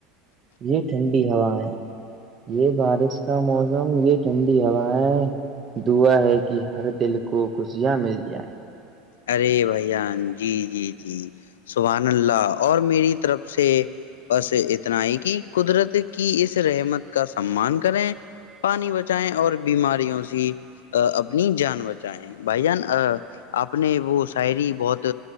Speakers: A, on the right; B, on the left.
A: یہ ٹھنڈی ہوا ہے یہ بارش کا موسم یہ ٹھنڈی ہوا ہے دعا ہے کہ ہر دل کو خوشیاں مل جائیں
B: ارے بھیاان جی جی جی سبان اللہ اور میری طرف سے بس اتنا ہی کہ قدرت کی اس رحمت کا سمان کریں پانی بچائائےیں اور بیماریوں سے اپنی جان بچائیں بھائی جان آپ نے وہ شاعری بہت